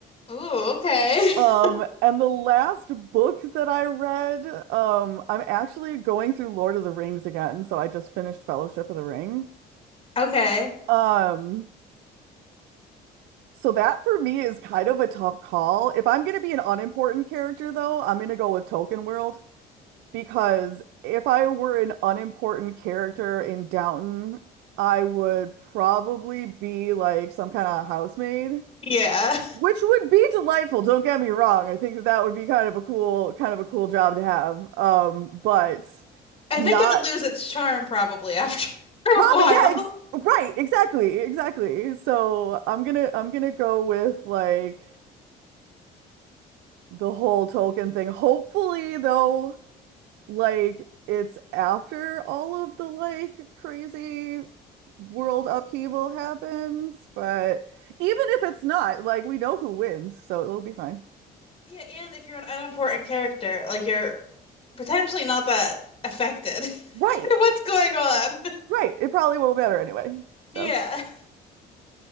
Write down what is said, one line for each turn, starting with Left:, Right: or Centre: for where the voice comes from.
Left: Ooh, okay. <laughs>
Right: Um, and the last book that I read, um, I'm actually going through Lord of the Rings again, so I just finished Fellowship of the Ring.
Left: Okay.
Right: Um, so that for me is kind of a tough call. If I'm gonna be an unimportant character though, I'm gonna go with Tolkien World because if I were an unimportant character in Downton, I would probably be like some kind of housemaid.
Left: Yeah.
Right: Which would be delightful, don't get me wrong. I think that that would be kind of a cool kind of a cool job to have. Um, but
Left: I
Right: not
Left: think it would lose its charm probably after <laughs>
Right: probably
Left: a while.
Right: yeah, ex right, exactly, exactly. So I'm gonna I'm gonna go with like the whole Tolkien thing. Hopefully though, like it's after all of the like crazy world upheaval happens, but even if it's not, like we know who wins, so it'll be fine.
Left: Yeah, and if you're an unimportant character, like you're potentially not that affected <laughs> by
Right: Right.
Left: what's going on. <laughs>
Right: Right. It probably won't matter anyway. So,
Left: Yeah.